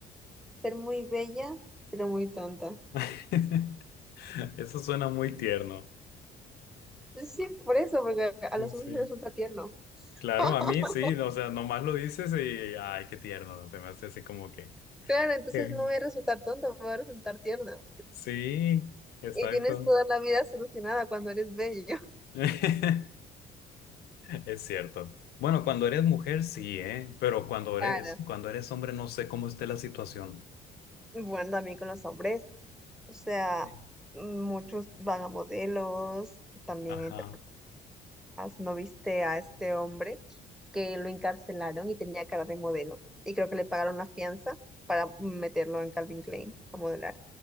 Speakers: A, in the centre; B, on the left (about 70°).
A: Ser muy bella, pero muy tonta.
B: <laughs> Eso suena muy tierno.
A: Sí, por eso, porque a
B: Sí.
A: los hombres les resulta tierno.
B: Claro,
A: <laughs>
B: a mí sí, no, o sea, nomás lo dices y, ay, qué tierno, se me hace así como que,
A: Claro, entonces
B: eh,
A: no voy a resultar tonta, voy a resultar tierna.
B: sí, exacto,
A: Y tienes toda la vida solucionada cuando eres bello. <laughs>
B: <laughs> es cierto. Bueno, cuando eres mujer sí, ¿eh? Pero cuando eres,
A: Claro,
B: cuando eres hombre no sé cómo esté la situación.
A: Bueno, también con los hombres, o sea,
B: Sí.
A: muchos van a modelos, también
B: Ajá.
A: a interpartículas. ¿No viste a este hombre que lo encarcelaron y tenía cara de modelo? Y creo que le pagaron la fianza para meterlo en Calvin Klein a modelar.